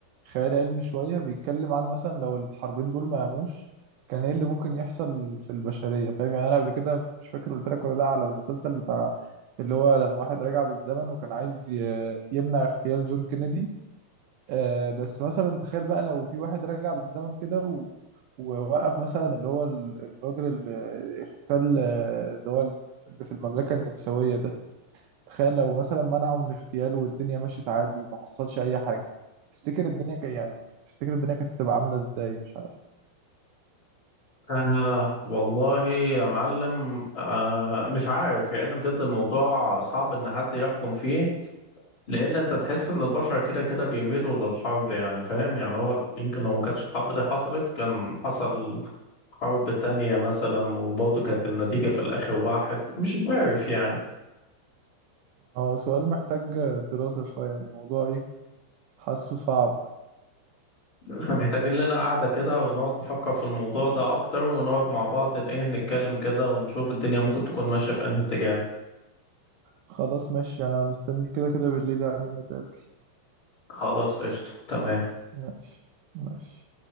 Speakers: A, on the right; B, on the left.
A: خيال علمي شويه بيتكلم عن مثلا لو الحربين دول ما قاموش كان ايه اللي ممكن يحصل في البشريه فاهم يعني انا قبل كده مش فاكر قلت لك ولا لا على المسلسل بتاع اللي هو لما واحد رجع بالزمن وكان عايز ي- يمنع اغتيال جون كينيدي آه بس مثلا تخيل بقى لو في واحد رجع بالزمن كده و... ووقف مثلا اللي هو ال- الراجل اللي اختل آه، اللي هو اللي في المملكة النمساوية ده تخيل لو مثلا منعه من اغتياله والدنيا مشيت عادي وما حصلش أي حاجة تفتكر الدنيا ك... يعني تفتكر الدنيا كانت تبقى عاملة ازاي مش عارف
B: آه والله يا معلم آه مش عارف يعني بجد الموضوع صعب إن حد يحكم فيه لأن أنت تحس إن البشر كده كده بيميلوا للحرب يعني فاهم يعني هو يمكن لو ما كانتش الحرب دي حصلت كان حصل حرب تانية مثلا وبرضه كانت النتيجة في الآخر واحد مش عارف يعني
A: هو سؤال محتاج دراسة شوية يعني الموضوع ايه حاسه صعب
B: <laughs> إحنا محتاجين لنا قعدة كده ونقعد نفكر في الموضوع ده أكتر ونقعد مع بعض إيه نتكلم كده ونشوف الدنيا ممكن تكون ماشية في أنهي اتجاه
A: خلاص ماشي أنا مستني كده كده بالليل يعني نتقابل
B: خلاص قشطة تمام
A: ماشي ماشي